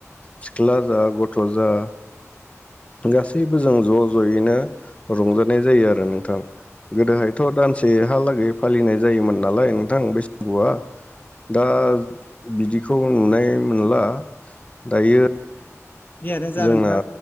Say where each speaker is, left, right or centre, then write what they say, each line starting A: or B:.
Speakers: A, on the left; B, on the left.
A: सिख्ला जा, गथ' जा गासैबो जों ज'- ज'यैनो रंजानाय जायो आरो नोंथां। गोदोहायथ' दानसेहालागै फालिनाय जायोमोन नालाय नोंथां बैसागुआ, दा बिदिखौ नुनो मोनला। दायो
B: जियानो जा
A: जोंना
B: नोंथां